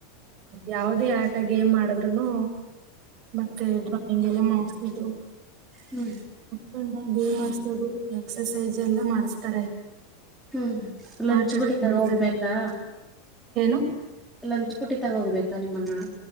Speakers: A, on the right; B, in the centre.
A: ಯಾವದೇ ಆಟ ಗೇಮ್ ಆಡದ್ರೇನು ಮತ್ತೆ ಡ್ರಾಯಿಂಗ್ ಎಲ್ಲ ಮಾಡ್ಸೋದು.
B: ಹ್ಮು
A: ಮಕ್ಕಳನ್ನ ಗೇಮ್ ಆಡ್ಸೋದು ಎಕ್ಸಸೈಜ್ ಎಲ್ಲ ಮಾಡಸ್ತಾರೆ.
B: ಹ್ಮು ಲಂಚ್
A: ಆಟ ಆಡಕ್
B: ಬುಟ್ಟಿ ತಗೋ
A: ಬಿಡ್ತಾರೆ
B: ಹೋಗ್ಬೇಕಾ.
A: ಏನು
B: ಲಂಚ್ ಬುಟ್ಟಿ ತಗೋ ಹೋಗ್ಬೇಕಾ ನಿಮ್ಮನ್ನಾ.